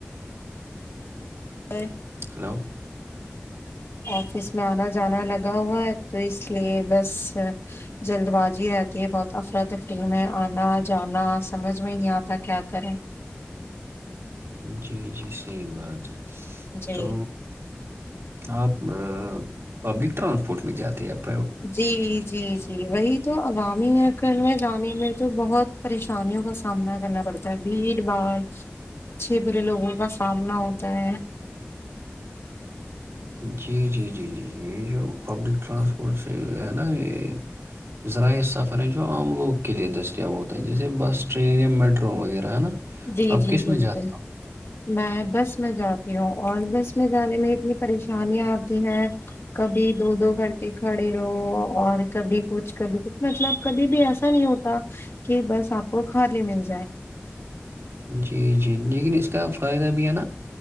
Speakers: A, on the left; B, on the right.
A: ا
B: ہیلو
A: آفس میں آنا جانا لگا ہوا ہے تو اس لیے بس جلد بازی رہتی ہے بہت افر تفری میں آنا جانا سمجھ میں نہیں آتا کیا کریں
B: جی جی سیم بات ہے
A: جی
B: تو آپ پبلک ٹرانسپورٹ میں جاتے ہیں آپ
A: جی جی جی جی وہی تو عوامی نکل میں جانے میں تو بہت پریشانیوں کا سامنا کرنا پڑتا ہے بھیڑ بھاڑ اچھے برے لوگوں کا سامنا ہوتا ہے
B: جی جی جی جیی یہ جو پبلک ٹرانسپورٹ سے ہے نا یہ ذرائع سفر ہیں جو عام لوگ کے لیئے دستیاب ہوتا ہے جیسے بس ٹرین یا میٹرو وغیرہ ہے نا
A: جی
B: آپ
A: جی
B: کس
A: بالکل
B: میں جاتے
A: میں بس میں جاتا اور بس میں جانے میں اتنی پریشانیاں آتی ہیں کبھی دو دو گھنٹے ک رہو اور کبھی کچھ کبھی کچھ مطلب کبھی بھی ایسا نہیں ہوتا کہ بس آپ کو کھا لے مل جائے
B: جی جی لیکن اس کا فائدہ بھی ہے نا